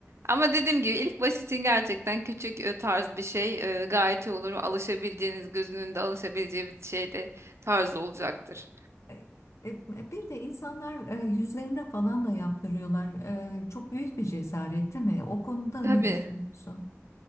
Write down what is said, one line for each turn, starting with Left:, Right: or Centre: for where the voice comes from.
Right: Ama dediğim gibi ilk baş için gerçekten küçük e, tarz bir şey e, gayet iyi olur. Alışabileceğiniz, gözünün de alışabileceği bir şey de tarz olacaktır.
Left: E, e, Bir de insanlar e, yüzlerine falan da yaptırıyorlar. E, çok büyük bir cesaret, değil mi? O konuda
Right: Tabii.
Left: ne düşünüyorsun?